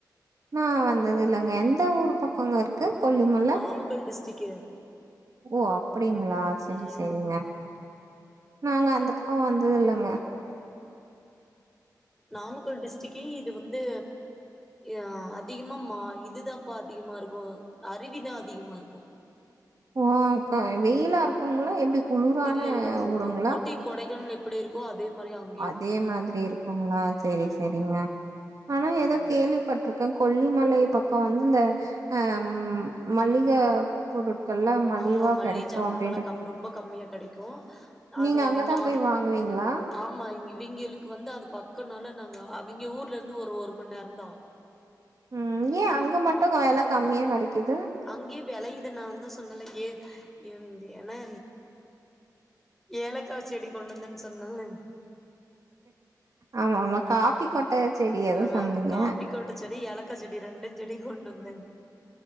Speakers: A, on the right (about 50°); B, in the centre.
A: நா வந்தது இல்லங்க எந்த ஊர் பக்ககோங்க இருக்கு கொல்லிமல
B: நாமக்கல் டிஸ்ட்ரிக்கு
A: ஓ அப்டிங்களா சேரி
B: ம்
A: சேரிங்க நாங்க அந்த பக்கோ வந்தது இல்லங்க
B: நாமக்கல் டிஸ்ட்ரிக்கு இது வந்து அ அதிகமா மா இதுதாப்பா அதிகமா இருக்கு அருவிதா அதிகமா இருக்கு
A: ம் கா வெயிலா இருக்குங்ளா எப்டி குளுரான
B: இல்ல இல்ல இந்த
A: ஊருங்களா
B: ஊட்டி கொடைக்கானல் எப்டி இருக்கோ அதே மாரி அங்
A: அதே மாதிரி இருக்குங்ளா சேரி
B: ம்
A: சேரிங்க ஆனா ஏதோ கேள்விப்பட்டிருக்க கொல்லிமலை பக்கோ வந்து இந்த அ மளிக பொருட்கள்லா மலிவா
B: ஆமா மல்லி
A: கெடைக்கு
B: ஜாமானமெல்லா
A: அப்டின்னு
B: கம் ரொம்ப கம்மியா கெடைக்கு அத
A: நீங்க அங்கதா
B: அங்
A: போய் வாங்குவீங்ளா
B: ஆமா இவைங்களுக்கு வந்து அது பக்கனால நாங்க அவைங்க ஊர்லருந்து ஒரு ஒரு மண்நேரோந்தா
A: ம் ஏ அங்க மட்டு வெல கம்மியா கெடைக்குது
B: அங்கேயே விளயுது நான்தா சொன்னல ஏ ஏ என்ன ஏலக்கா செடி கொண்டு வந்தன்னு சொன்னல்ல
A: ஆமா ஆமா காஃபி கொட் ட செடி ஏதோ
B: அ
A: சொன்னீங்க.
B: காஃபிக்கொட்டசெடி ஏலக்காச்செடி ரெண்டு செடியு கொண்டு வந்தேங்